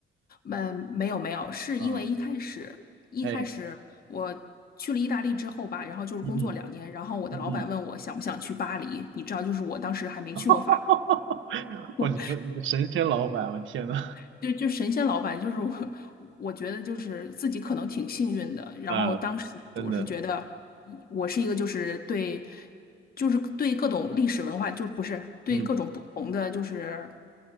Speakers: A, on the left (about 50°); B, on the right (about 75°).
A: 嗯，没有没有，是因为一开始一开始我去了意大利之后吧，
B: 嗯哎，
A: 然后就是工作两年，
B: 嗯嗯
A: 然后我的老板问我想不想去巴黎，
B: 嗯嗯，
A: 你知道，就是我当时还没去过法
B: <laughs>
A: 国，
B: 哇，你们你的神仙老板，我天呐，
A: <laughs> 就就神仙老板，就是我，我觉得就是自己可能挺幸运的，然后当时我是觉得
B: 嗯，真的，
A: 我是一个就是对，就是对各种历史文化，就不是对各种不同的就是。
B: 嗯，